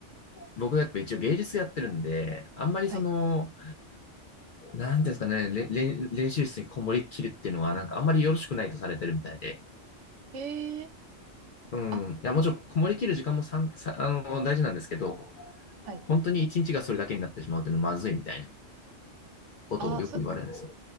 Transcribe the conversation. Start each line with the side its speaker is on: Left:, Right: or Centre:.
Left: 僕やっぱ一応芸術やってるんで、あんまりその、
Right: はい。
Left: なんていうんですかね、れれん練習室にこもりきるっていうのは、なんかあんまりよろしくないとされてるみたいで。
Right: へえ、
Left: うん。
Right: あ、
Left: いや、もちろんこもりきる時間もさん、さ、あの、大事なんですけど、
Right: はい。
Left: 本当に一日がそれだけになってしまうっていうのはまずいみたいなことをよく言われるんですよ。
Right: あ、そ、